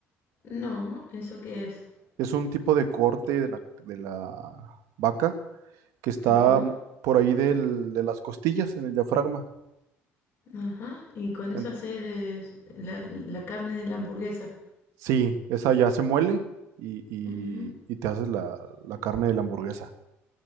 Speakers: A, on the left; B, on the right.
A: No, ¿eso qué es?
B: Es un tipo de corte de la, de la vaca que está
A: Ajá,
B: por ahí del- de las costillas, en el diafragma.
A: ajá. Y con eso
B: En-
A: haces la, la carne de la hamburguesa.
B: sí, esa ya se muele y, y-
A: Ujú,
B: y te haces la, la carne de la hamburguesa.